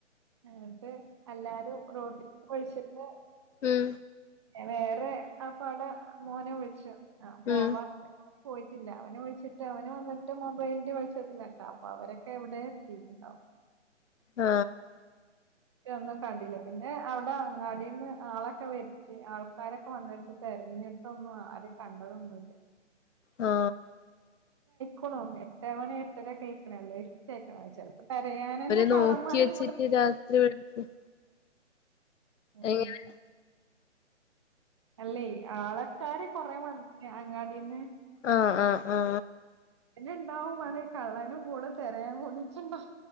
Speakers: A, on the right (about 25°); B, on the left (about 75°).
A: എന്നട്ട് എല്ലാരും റോട്ടി ഒഴിച്ചിട്ട്
B: ഉം
A: വേറെ ആ പാട മോനെ ഒഴിച്ച് ആ പോവാറില്ല
B: ഉം
A: പോയിട്ടില്ല അവനെ വിളിച്ചിട്ട് അവന് വന്നിട്ട് മൊബൈലിന്റെ വെളിച്ചത്തിലക്കാ അപ്പൊ അവരൊക്കെ എവിടെ എത്തിട്ടുണ്ടാവും
B: ആ
A: ഒന്നും കണ്ടില്ല പിന്നെ അവിടെ അങ്ങാടിന്ന് ആളൊക്കെ വരു ആൾക്കാരൊക്കെ വന്നി തെരഞ്ഞിട്ടൊന്നും ആരെ കണ്ടതൊന്നുല്ല
B: ആ
A: ക്കണോ എട്ട്മണി എട്ടരക്കയിക്കണല്ലേ യിക്കണ ചെലപ്പോ തെരയാനന്നെ
B: അവര്
A: കള്ളന്മാര്
B: നോക്കി വെച്ചിട്ട്
A: കൂട
B: <unintelligible>
A: ഉം.
B: എങ്ങനെ
A: അല്ലേ ആളക്കാര് കൊറെ വൻ അങ്ങാടീന്ന്
B: ആ ആ ആ
A: പിന്നെ ഇണ്ടാവും വേണെ കള്ളനും കൂടെ തിരയാൻ കൂടി ട്ടുണ്ടോ